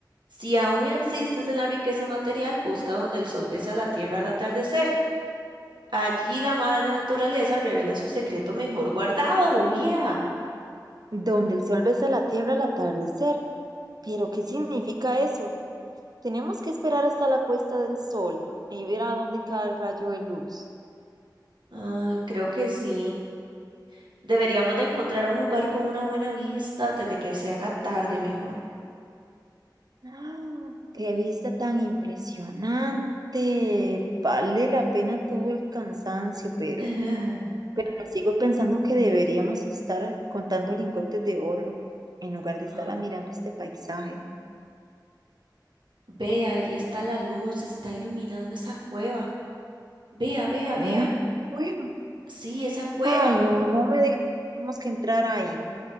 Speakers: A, on the right; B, on the right.
A: Si aún insistes en la riqueza material, busca donde el sol besa la tierra al atardecer. Allí la madre naturaleza revela su secreto mejor guardado, bobía.
B: donde el sol besa la tierra al atardecer. Pero, ¿qué significa eso? Tenemos que esperar hasta la puesta del sol y ver a dónde cae el rayo de luz.
A: Ah, creo que sí. Deberíamos de encontrar un lugar con una buena vista antes de que se haga tarde mejor.
B: <gasps> ¡Ah! ¡Qué vista tan impresionante! Vale la pena todo el cansancio, pero,
A: <laughs>
B: pero sigo pensando que deberíamos estar contando lingotes de oro en lugar de estar
A: Ay,
B: admirando este paisaje.
A: vea, ahí está la luz, está iluminando esa cueva. Vea, vea, vea.
B: Una cueva.
A: Sí, esa cueva.
B: Ay, no, no me digas que tenemos que entrar ahí.